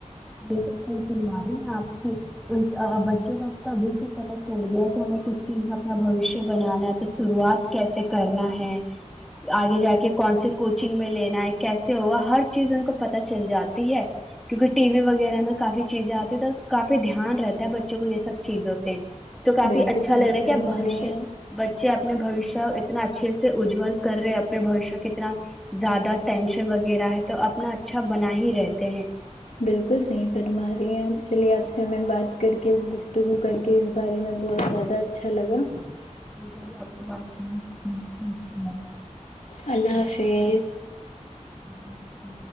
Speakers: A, in the centre; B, on the left.
A: بالکل صحیح فرما رہی ہیں آپ بچوں کا اب تو ابھی سے پتہ چل گیا ہے کہ ہمیں کس چیز میں اپنا بھوشیہ بنانا ہے تو شروعات کیسے کرنا ہے آگے جا کے کون سے کوچنگ میں لینا ہے کیسے ہوگا ہر چیز ان کو پتا چل جاتی ہے کیونکہ ٹی وی وغیرہ میں کافی چیزیں آتی ہے تو کافی دھیان رہتا ہے بچوں کو یہ سب چیزوں سے تو کافی
B: بالکل
A: اچھا
B: صحیح
A: لگ رہا ہے
B: فرما
A: کیا اب بھوشیے
B: رہی ہیں آپ
A: بچے اپنے بوشیہ اتنا اچھے سے اجل کر رہے ہیں اپنے بوشیہ کے اتنا زیادہ ٹینشن وغیرہ ہے تو اپنا اچھا بنا ہی رہتے ہیں
B: بالکل صحیح فرما رہی ہیں آپ چلیے آپ سے ہمیں بات کر کے گفتگو کر کے کہ اس بارے میں بہت زیادہ اچھا لگا
A: مجھے بھی اپ سے بات کر کے اچھا لگا
B: اللہ حافظ
A: جی